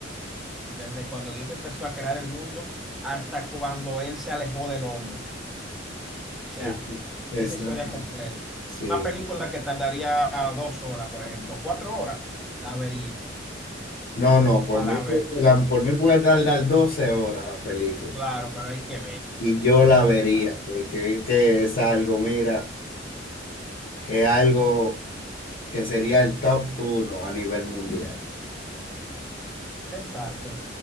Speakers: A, in the centre; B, on the left (about 50°).
A: desde cuando Dios empezó a crear el mundo hasta cuando Él se alejó del hombre. O sea,
B: Es- Exacto.
A: esa historia completa.
B: Sí.
A: Una película que tardaría dos horas, por ejemplo, cuatro horas, la vería
B: No, no, por
A: para
B: mí,
A: ver.
B: pu- la- por mí puede tardar 12 horas la película
A: Claro, pero hay que
B: y yo la vería,
A: verla.
B: porque es que es algo, mira, es algo que sería el top uno a nivel mundial.
A: Exacto.